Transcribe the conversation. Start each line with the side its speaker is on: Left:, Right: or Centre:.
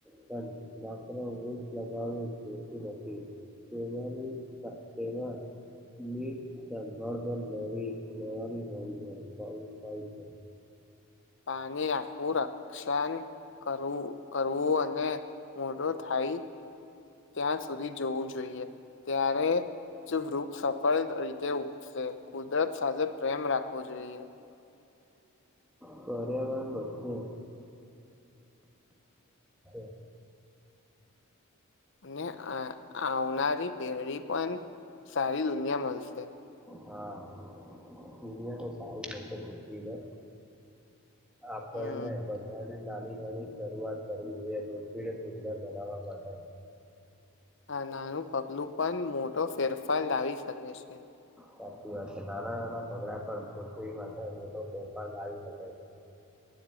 Centre: પણ માત્ર વૃક્ષ લગાવવું. નથી તેની તેમાં મેં સંભાળવી લેવાની
Left: પાણી આફું રક્ષન કરવું કરવું અને મોટો થાય ત્યાં સુધી જોવું જોઈએ, ત્યારે જે વૃક્ષ સફળ રીતે ઉગશે કુદરત સાથે પ્રેમ રાખવો જોઈએ.
Centre: પર્યાવરણ બચે <inaudible>
Left: અને આવનારી પેઢી પણ સારી દુનિયા મળશે.
Centre: હા દુનિયા તો સારી બનશે આપણને
Left: હમ
Centre: બધા નાની નાની શરૂઆત કરવી જોઈએ પૃથ્વીને સુંદર બનાવવા માટે,
Left: આ નાનું પગલું પણ મોટો ફેરફાર લાવી શકે છે.
Centre: સાચી વાત છે નાના નાના પગલા પણ પૃથ્વી માટે મોટો ફેરફાર લાવી શકે છે. <inaudible>